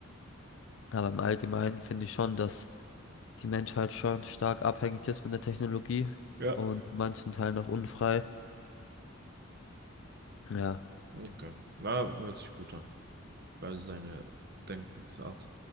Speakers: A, on the left (about 65°); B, on the right (about 50°).
A: Aber im Allgemeinen finde ich schon, dass die Menschheit schon stark abhängig ist von der Technologie
B: Ja.
A: und in manchen Teilen auch unfrei. Ja.
B: Okay. Na, hört sich gut an. weil seine Denkensart